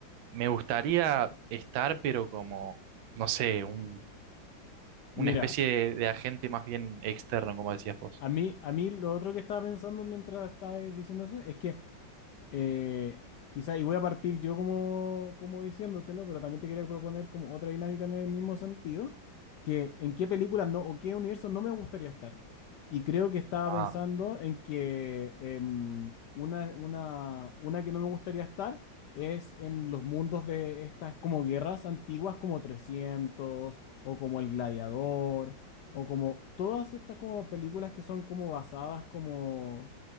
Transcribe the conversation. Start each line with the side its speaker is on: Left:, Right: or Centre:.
Right: me gustaría estar, pero como, no sé, un,
Left: Mira,
Right: una especie de, de agente más bien externo, como decías vos.
Left: a mí, a mí lo otro que estaba pensando mientras estaba diciendo eso es que... Eh, quizá, y voy a partir yo como, como diciéndotelo, pero también te quería proponer como otra dinámica en el mismo sentido, que en qué películas no, o qué universo no me gustaría estar. Y creo que estaba
Right: Ah,
Left: pensando en que em, una, una, una que no me gustaría estar es en los mundos de estas como guerras antiguas como 300 o como El Gladiador o como todas estas como películas que son como basadas como